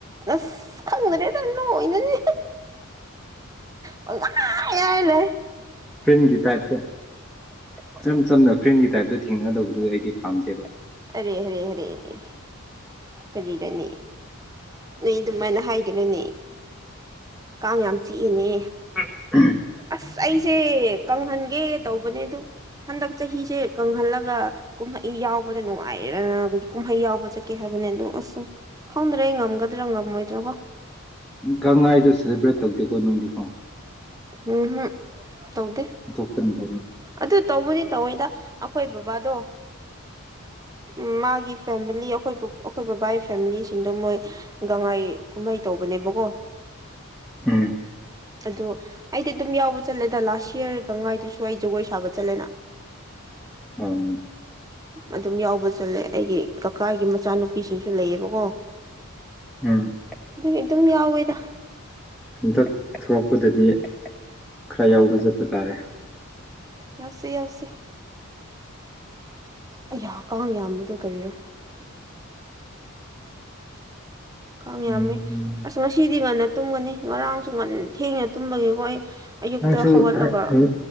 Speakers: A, on the right (about 15°); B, in the centre.
A: ꯑꯁ ꯈꯪꯗ꯭ꯔꯦꯗꯪ ꯅꯣꯛꯏꯅꯗꯤ꯫ ꯄꯪ ꯍꯥꯏ ꯍꯥꯏꯂꯩ꯫
B: ꯐꯔꯦꯟꯒꯤ ꯇꯥꯏꯞꯇ ꯏꯆꯝ ꯆꯝꯅ ꯐ꯭ꯔꯦꯟꯒꯤ ꯇꯥꯏꯞꯇ ꯊꯦꯡꯅꯗꯧꯕꯗꯨ ꯑꯩꯗꯤ ꯄꯥꯝꯗꯦꯕ꯫
A: ꯍꯥꯔꯦ ꯍꯔꯦ ꯍꯥꯔꯦ ꯍꯥꯔꯦ ꯀꯔꯤꯔꯅꯦ ꯅꯣꯏ ꯑꯗꯨꯃꯥꯏꯅ ꯍꯥꯏ ꯀꯅꯣꯅꯦ ꯀꯥꯡ ꯌꯥꯝ ꯆꯤꯛꯑꯦꯅꯦ꯫
B: <unintelligible>
A: ꯑꯁ ꯑꯩꯁꯦ ꯀꯪꯍꯟꯒꯦ ꯇꯧꯕꯅꯦ ꯑꯗꯨ ꯍꯟꯗꯛ ꯆꯍꯤꯁꯦ ꯀꯪꯍꯜꯂꯒ꯫ ꯀꯨꯝꯍꯩ ꯌꯥꯎꯕꯗ ꯅꯨꯡꯉꯥꯏꯔꯅ ꯑꯩꯈꯣꯏ ꯀꯨꯝꯍꯩ ꯌꯥꯎꯕ ꯆꯠꯀꯦ ꯍꯥꯏꯕꯅꯤ ꯑꯗꯨꯣ ꯑꯁ ꯈꯪꯗ꯭ꯔꯦ ꯑꯩ ꯉꯝꯒꯗ꯭ꯔꯥ ꯉꯝꯃꯣꯏꯗ꯭ꯔꯣ ꯀꯣ꯫
B: ꯒꯪꯍꯥꯏꯗꯣ ꯁꯦꯂꯦꯕ꯭ꯔꯦꯠ ꯇꯧꯗꯦꯀꯣ ꯅꯣꯏꯗꯤꯀꯣ꯫
A: ꯎꯝ ꯍꯝ ꯇꯧꯗꯦ꯫
B: ꯑꯇꯣꯞꯄꯗꯤ ꯇꯧꯕ꯫
A: ꯑꯗꯨ ꯇꯧꯕꯗꯤ ꯇꯧꯋꯤꯗ ꯑꯩꯈꯣꯏ ꯕꯕꯥꯗꯣ ꯎꯝ ꯃꯥꯒꯤ ꯐꯦꯃꯤꯂꯤ ꯑꯩꯈꯣꯏ ꯑꯩꯈꯣꯏ ꯕꯕꯥꯏ ꯐꯦꯃꯤꯂꯤꯁꯤꯡꯗꯣ ꯃꯣꯏ ꯒꯉꯥꯏ ꯀꯨꯝꯍꯩ ꯇꯧꯕꯅꯦꯕꯀꯣ꯫
B: ꯎꯝ
A: ꯑꯗꯣ ꯑꯩꯗꯤ ꯑꯗꯨꯝ ꯌꯥꯎꯕ ꯆꯠꯂꯦꯗ ꯂꯥꯁ ꯌꯑꯔ ꯒꯪꯉꯥꯏꯗꯨꯁꯨ ꯑꯩ ꯖꯒꯣꯏ ꯁꯥꯕ ꯆꯠꯂꯦꯅ
B: ꯑꯪ
A: ꯑꯗꯨꯝ ꯌꯥꯎꯕ ꯆꯠꯂꯦ ꯑꯩꯒꯤ ꯀꯀꯥꯒꯤ ꯃꯆꯥꯅꯨꯄꯤꯁꯤꯡꯁꯨ ꯂꯩꯌꯦꯕꯀꯣ
B: ꯎꯝ
A: ꯑꯗꯨꯒꯤ ꯑꯗꯨꯝ ꯌꯥꯎꯋꯦꯗ
B: ꯍꯟꯗꯛ ꯊꯣꯛꯄꯗꯗꯤ ꯈꯔ ꯌꯥꯎꯕ ꯆꯠꯄ ꯇꯥꯔꯦ
A: ꯌꯥꯎꯁꯦ ꯌꯥꯎꯁꯦ ꯑꯩꯌꯥ ꯀꯥꯡ ꯌꯥꯝꯕꯗꯨ ꯀꯔꯤꯔꯣ ꯀꯥꯡ
B: ꯎꯝ
A: ꯌꯥꯝꯃꯦ ꯑꯁ ꯉ ꯁꯤꯗꯤ ꯉꯟꯅ ꯇꯨꯝꯒꯅꯤ ꯉꯔꯥꯡꯁꯨ ꯉꯟ ꯊꯦꯡꯅ ꯇꯨꯝꯕꯒꯤ ꯀꯣ ꯑꯩ ꯑꯌꯨꯛꯇ
B: ꯅꯪꯁꯨ
A: ꯍꯧꯒꯠꯂꯒ
B: ꯍꯥ ꯑꯪ